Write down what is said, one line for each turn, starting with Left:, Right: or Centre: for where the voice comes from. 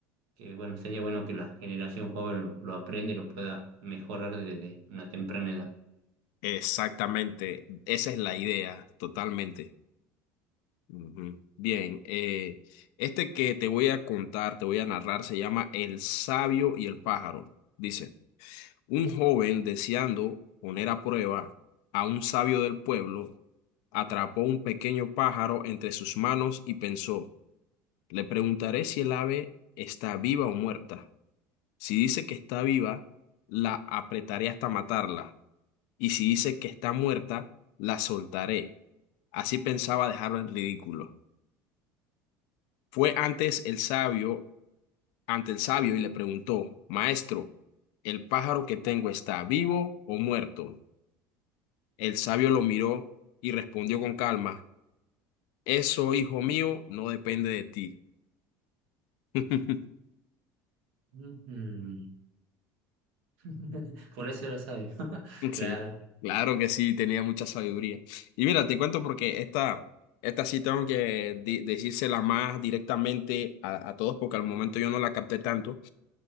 Right: que, bueno, sería bueno que la generación joven lo, lo aprenda y lo pueda mejorar desde una temprana edad.
Left: exactamente. Esa es la idea, totalmente. Ujú. Bien, eh, este que te voy a contar, te voy a narrar, se llama El sabio y el pájaro. Dice, un joven deseando poner a prueba a un sabio del pueblo, atrapó un pequeño pájaro entre sus manos y pensó, le preguntaré si el ave está viva o muerta. Si dice que está viva, la apretaré hasta matarla, y si dice que está muerta, la soltaré. Así pensaba dejarlo en ridículo. Fue antes el sabio, ante el sabio y le preguntó, Maestro, ¿el pájaro que tengo está vivo o muerto? El sabio lo miró y respondió con calma, Eso, hijo mío, no depende de ti. <laughs>
Right: Ujú. <laughs> Por eso era sabio. <laughs>
Left: <laughs>
Right: Claro,
Left: Sí, claro que sí, tenía mucha sabiduría. Y mira, te cuento porque esta, esta sí tengo que di- decírsela más directamente a, a todos porque al momento yo no la capté tanto.